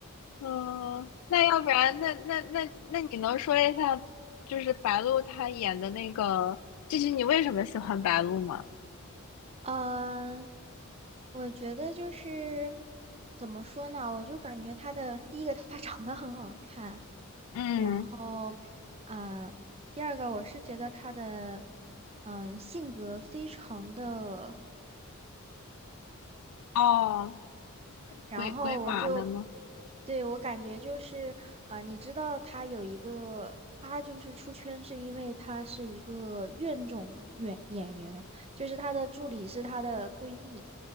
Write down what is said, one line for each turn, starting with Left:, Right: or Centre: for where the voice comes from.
Left: 嗯，那要不然，那那那那你能说一下，就是白鹿她演的那个，就是你为什么喜欢白鹿吗？
Right: 嗯、我觉得就是怎么说呢，我就感觉他的第一个，他长得很好看，
Left: 嗯，
Right: 然后，嗯，第二个我是觉得他的，嗯，性格非常的。
Left: 哦，
Right: 然后我就，
Left: 鬼鬼马的吗？
Right: 对，我感觉就是，呃，你知道他有一个，他就是出圈是因为他是一个怨种演演员，就是他的助理是他的闺蜜，